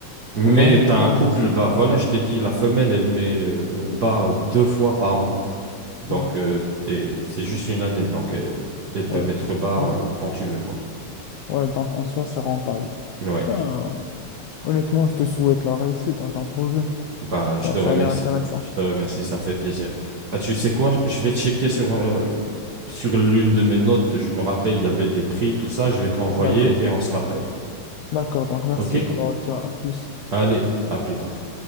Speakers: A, on the right (about 70°); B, on the left (about 80°).
A: Mais
B: vraiment
A: t'as
B: trop
A: un couple,
B: investir.
A: bah voilà, je t'ai dit, la femelle, elle met euh, bas deux fois par an. Donc,
B: Ouais,
A: euh, et c'est juste une année. Donc, euh, elle
B: ouais.
A: peut mettre bas
B: Donc,
A: euh, quand tu veux, quoi.
B: Ouais, donc en soi, c'est rentable.
A: Ouais.
B: Ben, honnêtement, je te souhaite la réussite dans ton projet.
A: Bah, je
B: Ben,
A: te
B: ça
A: remercie.
B: a l'air intéressant.
A: Je te remercie, ça fait plaisir. Bah, tu sais quoi, je vais checker sur, euh, sur l'une de mes notes. Je me rappelle, il y avait des prix, tout ça. Je vais te l'envoyer
B: D'accord.
A: et on se rappelle.
B: D'accord, donc merci.
A: OK?
B: Alors, je dirais à plus.
A: Allez, à plus tard.